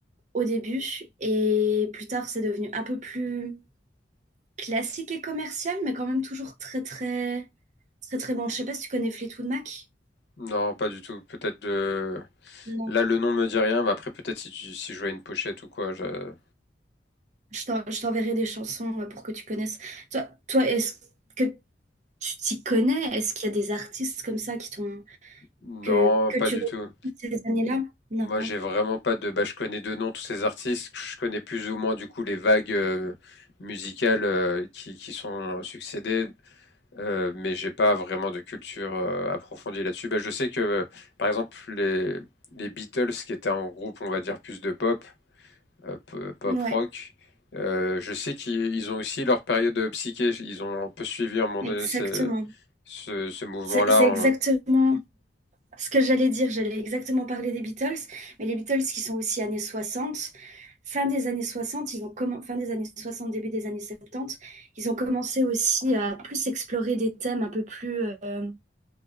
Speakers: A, on the right (about 40°); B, on the left (about 65°).
A: au début et plus tard c'est devenu un peu plus classique et commercial, mais quand même toujours très très très très bon. Je sais pas si tu connais Fleetwood Mac.
B: Non, pas du tout. Peut-être de...
A: Non.
B: Là, le nom me dit rien, mais après, peut-être si, tu- si je vois une pochette ou quoi. je-
A: Je t'en- je t'enverrai des chansons euh, pour que tu connaisses. Toi, toi, est-ce que tu t'y connais? Est-ce qu'il y a des artistes comme ça qui t'ont
B: Non,
A: que que
B: pas
A: tu
B: du
A: retrouves
B: tout.
A: ces années-là? Non.
B: Moi, j'ai vraiment pas de, bah, je connais de nom tous ces artistes. Je connais plus ou moins du coup les vagues euh, musicales euh, qui, qui sont succédées, euh, mais j'ai pas vraiment de culture euh, approfondie là-dessus. Bah, je sais que, euh, par exemple, les, les Beatles, qui étaient un groupe, on va dire plus de pop, euh, p- pop
A: Ouais,
B: rock, euh, je sais qu'ils ils ont aussi leur période euh, psyché. Ils ont un peu suivi à un moment
A: exactement.
B: donné ce, ce, ce mouvement-là
A: C'est c'est
B: en-
A: exactement Ce que j'allais dire, j'allais exactement parler des Beatles, mais les Beatles qui sont aussi années 60, fin des années 60, ils ont commen- fin des années 60, début des années 70, ils ont commencé aussi à plus explorer des thèmes un peu plus euh,